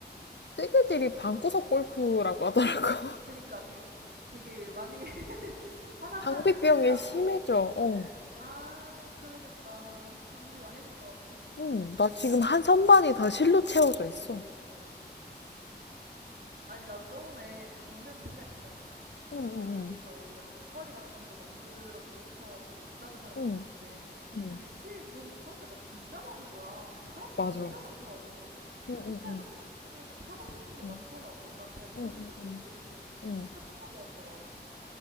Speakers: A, on the left; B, on the right.
A: 뜨개질이 방구석 골프라고 하더라고.
B: 그니까 그게 되게 많이 <laughs> 파산나는
A: <laughs> 당비병이
B: 취미라고.
A: 심해져. 어.
B: 아, 그러겠다. 장비 많이 들 것 같아.
A: 응, 나 지금 한 선반이 다 실로 채워져 있어.
B: 아니, 나도 저번에 그 동대문 시장 있잖아.
A: 응, 응,
B: 거기서 이제 나는 목걸이 같은 거 만들어 보고 싶어가지고 부자재 사러 갔는데
A: 응, 응, 응.
B: 그게 실 이런 거 파는 데가 진짜 많은 거야. 그리고 사람도
A: 맞아.
B: 진짜
A: 응,
B: 많더라고. 그래서
A: 응,
B: 근데 색깔도
A: 응,
B: 너무 예쁘고 막 사고 싶은 게 많더라고.
A: 응,
B: 난 잘 모르는데도.
A: 응, 응, 응,
B: 그래서
A: 응.
B: 진짜 탐날 것 같더라.